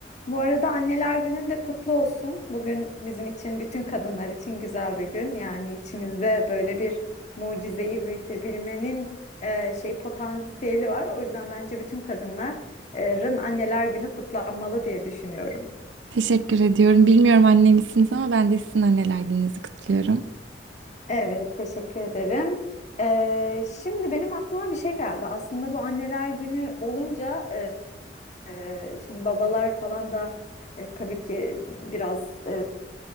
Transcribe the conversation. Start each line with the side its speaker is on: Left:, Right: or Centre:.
Left: Bu arada Anneler Günün de kutlu olsun. Bugün bizim için, bütün kadınlar için güzel bir gün. Yani içimizde böyle bir mucizeyi büyütebilmenin e, şey potansiyeli var. O yüzden bence bütün kadınların e, Anneler Günü kutlanmalı diye düşünüyorum.
Right: Teşekkür ediyorum. Bilmiyorum anne misiniz ama ben de sizin anneler gününüzü kutluyorum.
Left: Evet, teşekkür ederim. Ee, şimdi benim aklıma bir şey geldi. Aslında bu Anneler Günü olunca Ee, şimdi babalar falan da e, tabii ki biraz e,